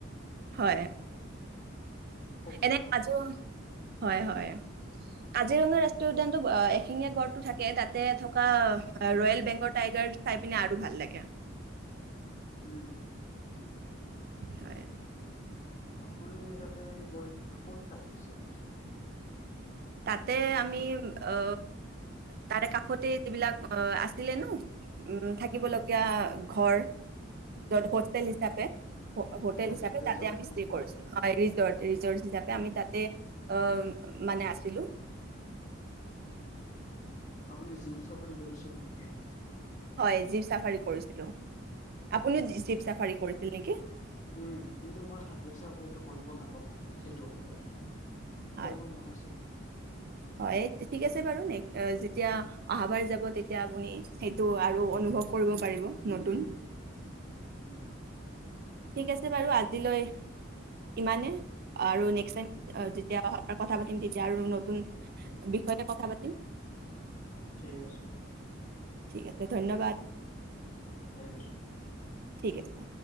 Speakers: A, on the right (about 50°); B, on the left (about 40°).
A: হয়
B: পবিতৰা
A: এনেই আজু হয় হয় কজিৰঙা ৰাষ্ট্ৰীয় উদ্যানতটো এশিঙীয়া গড়টো থাকে তাতে থকা ৰয়েল বেংগৰ টাইগাৰ চাই পিনে আৰু ভাল লাগে
B: উম,
A: হয়
B: আপুনি তাতে গৈ ক'ত থাকিছে পিছে
A: তাতে আমি অ তাৰে কাষতে যিবিলাক আছিলে ন উ থাকিব লগগীয়া ঘৰ যত হোষ্টেল হিচাপে হোটেল
B: ৰেজৰ্ট
A: হিচাপে তাতে আমি
B: বুলি
A: ষ্ট
B: কোৱা
A: কৰিছো হয় ৰিজট ৰিজট হিচাপে আমি তাতে অ মানে আ আছিলো
B: উম, আপুনি জীপ চাফাৰী কৰিছিল নেকি
A: হয় জীপ চাফাৰী কৰিছিলো আপুনিও জীপ চাফাৰী কৰিছিল নেকি?
B: উম কিন্তু মই হাতীৰ চাফাৰীটো কৰিব নাপালো সেইটো সময়ত
A: আচ্ছা
B: কৰিব মন আছিল।
A: হয় তিতিছে বাৰুনে জেতিয়া অহা বাৰ জাব তেতিয়া আপুনি সটো আৰু অনুভৱ কৰিব পাৰিব নতুন
B: উম,
A: ঠিক আছে বাৰু আজিলৈ ইমানে। আৰু নেক্সতাইম যেতিয়া অহাবাৰ কথা পাতিম তেতিয়া আৰু নতুন বিষয় লৈ কথা পাতিম।
B: ঠিক আছে।
A: ঠিক আছে ধন্যবাদ
B: ৰাখিছোঁ।
A: ঠিক আছে।